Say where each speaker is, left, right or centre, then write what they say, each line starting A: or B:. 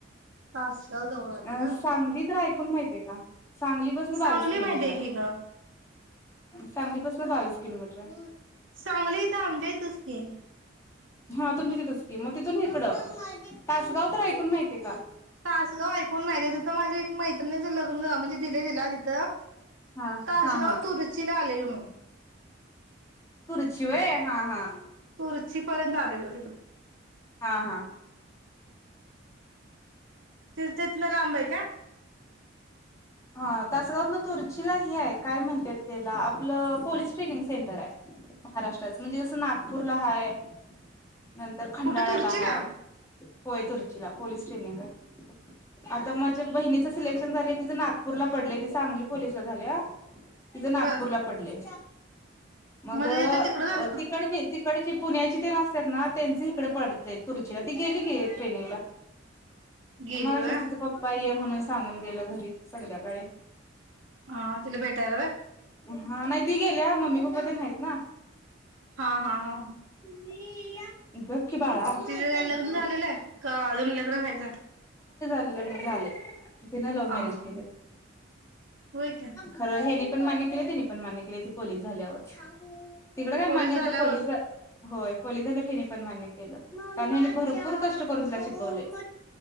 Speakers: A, on the right; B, on the left.
A: तासगाव जवळ आलं
B: अ
A: ग
B: सांगली तर ऐकून माहितय का सांगलीपासून बावीस
A: सांगली
B: किलोमीटर
A: माहिती
B: आहे
A: की ग
B: सांगलीपासून बावीस किलोमीटर आहे
A: सांगली ईथ आंब्या येथेच की
B: हा तुमच्या तिथच की मग तिथून इकडं तासगाव तर ऐकून माहिती आहे
A: तासगाव ऐकून माहिती आहे तिथं माझी एक मैत्रिणीच लग्न म्हणजे दिले दिला तिथं
B: हा
A: तासगाव
B: हा हा
A: तुरुचीला आलेल मी
B: तुरुची हा हा
A: तूरुची पर्यंत आलेलो तिकड
B: हा हा
A: तेच तिथन लांब आहे का
B: हा तासगावात तुर्चीला हे आहे काय म्हणत्यात त्याला आपलं पोलीस ट्रेनिंग सेंटर आहे महाराष्ट्राचं म्हणजे जसं नागपूरला हाय नंतर खंडाळ्याला
A: कुठं तुरचीला
B: हाय होय तुर्चीला पोलीस ट्रेनिंग आहे आता माझ्या बहिणीच सिलेक्शन झालं तिथं नाग नागपूरला पडलय ती सांगली पोलीसला झाल्या तिथं नागपूरला
A: बर
B: पडलय मग
A: मध्ये येत तिकडं जाणार
B: तिकडची तिकडची पुण्याची तेन असत्यात ना त्यांच इकडे पडतय तुरुचीला ती गेली की ट्रेनिंगला
A: गेली
B: मलाशीच
A: वय
B: तिचा पप्पा ये म्हणून सांगून गेलं घरी संध्याकाळी
A: हा तिला भेटायला होय
B: हा नाही ती गेल्या मम्मी पप्पा ते आहेत ना
A: हा हा हा
B: इ गप की बाळा
A: तिझ लग्न झालेलं आहे का अजून लग्न व्हायचं
B: म तिझं लग्न झालंय तिनं लव
A: हा
B: मॅरेज
A: हा
B: केलंय
A: होय का
B: खरं यांनी पण मान्य केले तिनी पण मान्य केली ती पोलीस झाल्यावर तिकड काय
A: पोलीस
B: मान्य
A: झाल्यावर
B: होतं पोलीस होय पोलीस झाल्यावर हेनी पण मान्य केलं कारण ह्यांनी भरपूर कष्ट करून तिला शिकवलंय